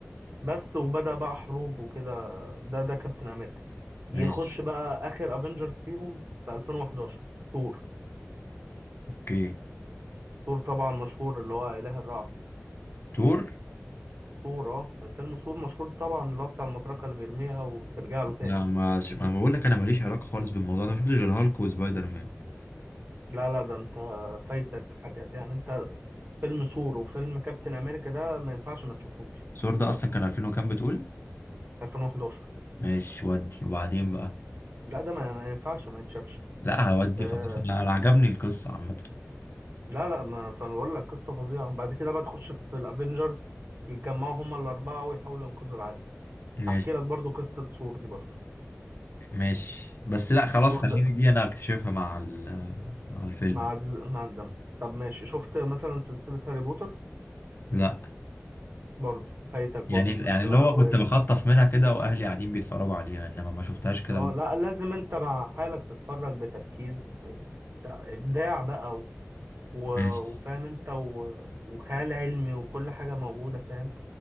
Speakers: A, on the right (about 50°); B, on the left (about 45°).
A: بس وبدأ بقى حروب وكده ده ده كابتن امريكا
B: ماشي
A: يخش بقى اخر افنجرز فيهم في 2011 ثور
B: اوكي
A: ثور طبعا مشهور اللي هو اله الرعد
B: تور
A: ثور اه فيلم ثور مشهور طبعا اللي هو بتاع المطرقة اللي بيرميها وترجع له تاني
B: لا ما ش... ما بقول لك انا ماليش علاقه خالص بالموضوع ده ما شفتش غير هالك وسبايدر مان
A: لا لا ده انت فايتك حاجات يعني انت فيلم ثور وفيلم كابتن امريكا ده ما ينفعش ما تشوفهمش
B: ثور ده اصلا كان 2000 وكام بتقول
A: 2011
B: ماشي ودي وبعدين بقى
A: لا ده ما ما ينفعش ما يتشافش
B: لا هودي
A: آه،
B: خلاص انا أنا عجبني القصه عامه
A: لا لا ما فانا بقول لك قصه فظيعه بعد كده بقى تخش في الافنجرز يتجمعوا هما الاربعه ويحاولوا ينقذوا العالم
B: ماشي
A: احكي لك برضو قصه سور دي برضو
B: ماشي بس لا خلاص
A: سور
B: خليني
A: ده
B: دي انا اكتشفها مع ال... مع الفيلم
A: مع الز- مع الدم طب ماشي شفت مثلا سلسله هاري بوتر
B: لا
A: برضو فايتك
B: يعني
A: برضو
B: يعني
A: سلسله
B: اللي هو
A: قويه
B: كنت
A: جدا
B: بخطف منها كده واهلي قاعدين بيتفرجوا عليها انما ما شفتهاش كده
A: اه لا لازم انت مع حالك تتفرج بتركيز ب... بتاع- ابداع بقى و... و-
B: ماشي
A: وفاهم انت و... وخيال علمي وكل حاجه موجوده فاهم